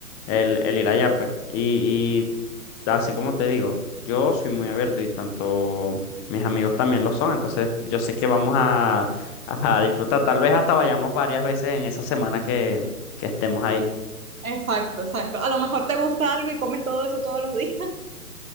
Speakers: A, on the left; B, on the right.
A: el, el ir allá, pues. Y, y así como te digo, yo soy muy abierto y tanto mis amigos también lo son, entonces yo sé que vamos a, a disfrutar. Tal vez hasta vayamos varias veces en esa semana que, que estemos ahí.
B: Exacto, exacto. A lo mejor te gusta algo y comes todo eso todos los días. <laughs>